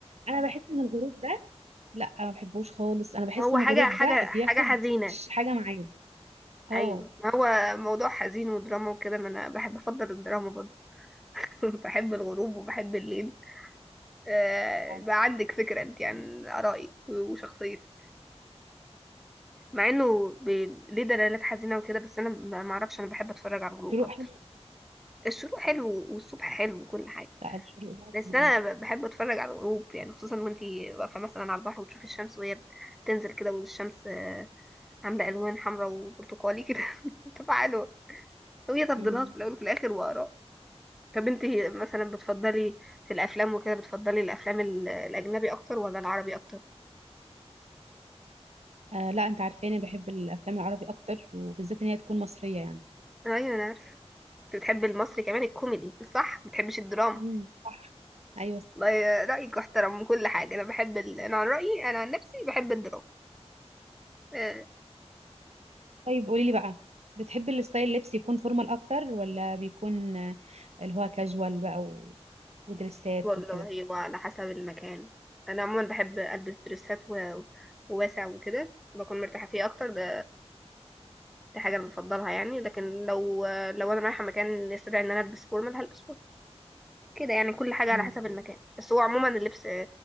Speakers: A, on the right; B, in the centre.
A: انا بحس ان الغروب ده لا ما بحبوش خالص انا بحس
B: هو
A: ان
B: حاجه
A: الغروب
B: حاجه
A: ده
B: حاجه
A: بياخد
B: حزينه
A: ش- حاجه معايا اه
B: ايوه ما هو موضوع حزين ودراما وكده ما انا بحب افضل الدراما برضو <laughs> بحب الغروب وبحب الليل آه
A: لا،
B: بقى عندك فكره انت عن ارائي و- وشخصيتي مع انه ب... ليه دلالات حزينه وكده بس انا ما ما اعرفش انا بحب اتفرج على الغروب
A: الشروق
B: اكتر
A: حلو
B: الشروق حلو والصبح حلو وكل حاجه
A: لا الشروق ده
B: بس
A: جميل.
B: انا ب- بحب اتفرج على الغروب يعني خصوصا وانتي واقفه مثلا على البحر وتشوفي الشمس وهي بتنزل كده والشمس آه، عامله الوان حمراء وبرتقالي كده <laughs> بتبقى حلوه هي تفضيلات
A: مم.
B: في الاول وفي الاخر واراء طب انتي مثلا بتفضلي في الافلام وكده بتفضلي الافلام ال- الاجنبي اكتر ولا العربي اكتر
A: آه لا انت عارفاني بحب الافلام العربي اكتر وبالذات ان هي تكون مصريه يعني
B: ايوه انا عارفه انت بتحبي المصري كمان الكوميدي صح ما بتحبش الدراما
A: مم، صح ايوه
B: والله رايك احترم من كل حاجه انا بحب ال... انا عن رايي انا عن نفسي بحب الدراما آه.
A: طيب قولي لي بقى بتحب الستايل اللبس يكون فورمال اكتر ولا بيكون آه، اللي هو كاجوال بقى و... ودريسات
B: والله
A: وكده
B: وعلى حسب المكان انا عموما بحب البس دريسات و... وواسع وكده بكون مرتاحه فيه اكتر ده دي حاجه انا بفضلها يعني لكن لو لو انا رايحه مكان يستدعي ان انا البس فورمال هلبس فورمال كده يعني كل حاجه
A: مم.
B: على حسب المكان بس هو عموما اللبس